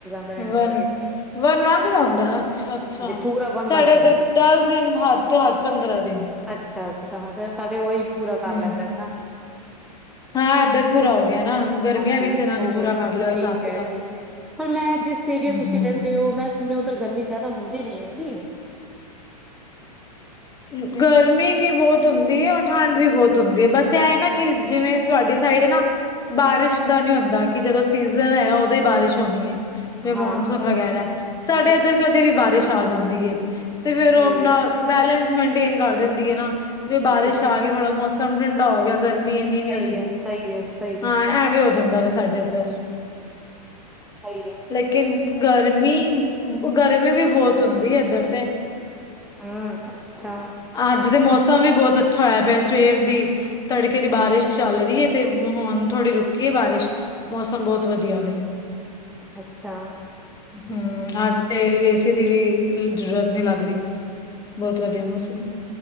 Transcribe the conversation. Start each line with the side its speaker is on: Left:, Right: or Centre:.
Centre: ਦਾ inter
Left: one
Centre: vacation
Left: one month ਦਾ ਹੁੰਦਾ, ਅੱਛਾ-ਅੱਛਾ।
Centre: ਪੂਰਾ ਵਨ
Left: ਸਾਡੇ
Centre: ਮੰਥ ਚਲਾ
Left: ਇੱਧਰ
Centre: ਜਾਂਦਾ।
Left: ਦੱਸ ਦਿਨ, ਹੱਦ ਤੋਂ ਹੱਦ ਪੰਦਰਾਂ ਦਿਨ
Centre: ਅੱਛਾ-ਅੱਛਾ, ਫੇਰ ਤੁਹਾਡੇ ਉਹੀ ਪੂਰਾ ਕਰ
Left: ਹਮ
Centre: ਲੈਂਦੇ ਨੇ ਨਾ?
Left: ਹਾਂ ਇੱਧਰ ਪੂਰਾ ਹੋ ਗਿਆ ਨਾ ਗਰਮੀਆਂ
Centre: ਹਾਂਜੀ,
Left: ਵਿੱਚ ਇਹਨਾਂ
Centre: ਦੋ
Left: ਨੇ ਪੂਰਾ
Centre: ਮਹੀਨੇ
Left: ਕਰ ਲਿਆ ਹਿਸਾਬ
Centre: ਠੀਕ
Left: ਕਿਤਾਬ
Centre: ਐ ਠੀਕ। ਪਰ ਮੈਂ ਜਿਸ ਏਰੀਏ
Left: ਹੂੰ
Centre: ਵਿੱਚ ਤੁਸੀਂ ਰਹਿੰਦੇ ਹੋ, ਮੈਂ ਸੁਣਿਆ ਉੱਥੇ ਗਰਮੀ ਜ਼ਿਆਦਾ ਹੁੰਦੀ ਨੀ ਐ, ਹੁੰਦੀ ਐ?
Left: ਹਮ ਗਰਮੀ ਵੀ ਬੋਤ ਹੁੰਦੀ ਐ ਔਰ ਠੰਡ ਵੀ ਬੋਤ ਹੁੰਦੀ ਐ, ਬਸ ਐ ਨਾ ਕਿ ਜਿਵੇਂ ਤੁਹਾਡੀ ਸਾਈਡ ਏ ਨਾ ਬਾਰਿਸ਼ ਦਾ ਨਹੀਂ ਹੁੰਦਾ ਕੀ ਜਦੋ ਸੀਜ਼ਨ ਹੇਗਾ ਐ ਉੱਦੋ ਈ ਬਾਰਿਸ਼ ਹੋਣੀ ਏ। ਜਿਵੇਂ
Centre: ਹਾਂ
Left: ਮੌਨਸੂਨ ਵਗੈਰਾ ਐ, ਸਾਡੇ
Centre: ਠੀਕ
Left: ਇੱਧਰ
Centre: ਹੈ
Left: ਤਾਂ ਕਦੇ ਵੀ ਬਾਰਿਸ਼ ਆ ਜਾਂਦੀ ਏ। ਤੇ ਫੇਰ
Centre: ਸਹੀ
Left: ਉਹ ਆਪਣਾ
Centre: ਹੈ
Left: ਬੈਲੈਂਸ ਮੈਂਟੇਨ ਕਰ ਦਿੰਦੀ ਐ ਨਾ, ਜੇਵੇ ਬਾਰਿਸ਼
Centre: ਠੀਕ
Left: ਆ
Centre: ਹੈ
Left: ਗੀ ਥੋੜਾ ਮੌਸਮ ਸਮ ਠੰਡਾ ਹੋ ਗਿਆ ਗਰਮੀ ਇੰਨੀ ਨਹੀਂ
Centre: ਸਹੀ
Left: ਹੋਵੇਗੀ,
Centre: ਹੈ ਸਹੀ ਹੈ ਸਹੀ
Left: ਹਾਂ,
Centre: ਹੈ
Left: ਐਵੇ ਹੋ ਜਾਂਦਾ ਐ ਸਾਡੇ ਇੱਧਰ।
Centre: ਸਹੀ ਹੈ
Left: ਲੇਕਿਨ ਗਰਮੀ ਗਰਮੀ ਵੀ ਬਹੁਤ ਹੁੰਦੀ ਏ ਇਧਰ ਤੇ।
Centre: ਹੁੰ, ਅੱਛਾ।
Left: ਅੱਜ ਦੇ ਮੌਸਮ ਵੀ ਬੋਤ ਅੱਛਾ ਹੋਇਆ ਪਿਆ ਸਵੇਰ ਦੀ ਤੜਕੇ ਦੀ ਬਾਰਿਸ਼ ਚੱਲ ਰੀ ਏ ਤੇ ਹੁਣ ਥੋੜੀ ਰੁਕੀ ਏ ਬਾਰਿਸ਼। ਮੌਸਮ ਬੋਤ ਵਧੀਆ ਵੇ।
Centre: ਅੱਛਾ।
Left: ਹੁੰ, ਅੱਜ ਤੇ ਏ-ਸੀ ਦੀ ਵੀ ਜ਼ਰੂਰਤ ਨੀ ਲੱਗ ਰੀ। ਬੋਤ ਵਧੀਆ ਮੌਸਮ ਐ।